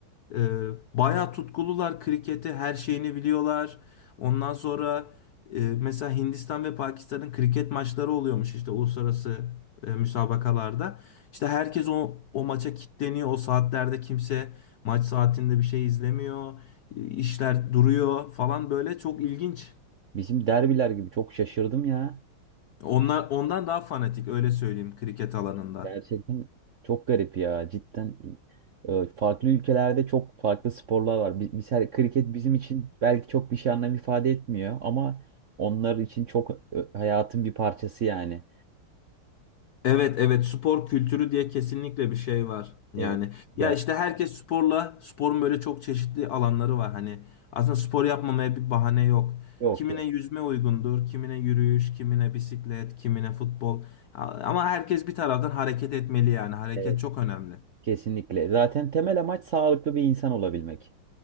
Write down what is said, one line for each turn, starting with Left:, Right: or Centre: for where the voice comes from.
Left: ee, bayağı tutkulular kriketi, her şeyini biliyorlar. Ondan sonra e, mesela Hindistan ve Pakistan'ın kriket maçları oluyormuş işte uluslararası e, müsabakalarda. İşte herkes o, o maça kilitleniyor. O saatlerde kimse maç saatinde bir şey izlemiyor. E, İşler duruyor falan böyle çok ilginç.
Right: Bizim derbiler gibi çok şaşırdım ya.
Left: Onlar ondan daha fanatik öyle söyleyeyim kriket alanında.
Right: Gerçekten çok garip ya. Cidden e, farklı ülkelerde çok farklı sporlar var. Bi- Mesela kriket bizim için belki çok bir şey anlam ifade etmiyor ama onlar için çok e, hayatın bir parçası yani.
Left: Evet evet spor kültürü diye kesinlikle bir şey var.
Right: Evet.
Left: Yani
Right: Ger-
Left: ya işte herkes sporla sporun böyle çok çeşitli alanları var. Hani aslında spor yapmamaya bir bahane yok.
Right: Yok
Left: Kimine
Right: yok.
Left: yüzme uygundur, kimine yürüyüş, kimine bisiklet, kimine futbol. A- Ama herkes bir taraftan hareket etmeli yani. Hareket
Right: Evet.
Left: çok önemli.
Right: Kesinlikle. Zaten temel amaç sağlıklı bir insan olabilmek.